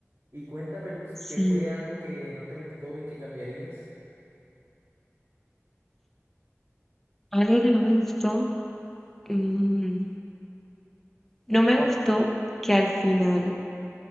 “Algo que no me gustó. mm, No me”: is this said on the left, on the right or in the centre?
Centre